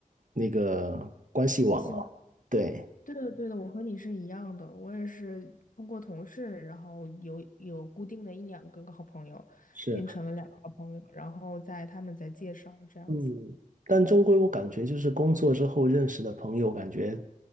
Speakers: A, on the right; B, on the left.
A: 那个关系网了。
B: 我希望
A: 对。
B: 对的对的，我和你是一样的，我也是通过同事，然后有有固定的一两个好朋友，
A: 是。
B: 变成了两个好朋友，然后在他们在介绍这样子。
A: 嗯，但终归我感觉就是工作之后认识的朋友，感觉